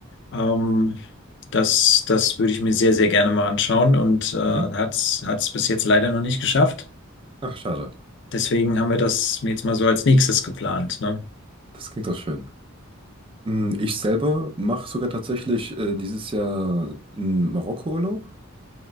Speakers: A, on the left; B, on the right.
A: Ähm, das, das würde ich mir sehr, sehr gerne mal anschauen und äh, hat's,
B: Mhm.
A: hat's bis jetzt leider noch nicht geschafft.
B: Ach, schade.
A: Deswegen haben wir das jetzt mal so als nächstes geplant, ne?
B: Das klingt doch schön. Hm, Ich selber mache sogar tatsächlich äh, dieses Jahr einen Marokko-Urlaub